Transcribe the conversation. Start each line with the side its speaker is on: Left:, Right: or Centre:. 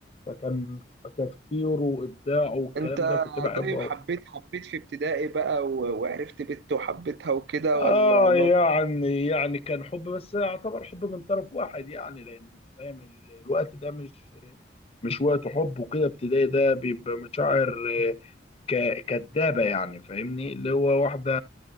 Left: فكان تفكيره وابداعه والكلام
Right: انت
Left: ده كنت بحبه
Right: طيب
Left: قوي
Right: حبيت حبيت في ابتدائي بقى و- وعرفت بنت وحبيتها وكده
Left: اه
Right: ولا
Left: يعني يعني كان حب بس يعتبر حب من طرف واحد يعني لان انت فاهم ال- الوقت ده مش مش وقت حب وكده ابتدائي ده بيبقى مشاعر آه، ك- كدابه يعني فاهمني اللي هو واحده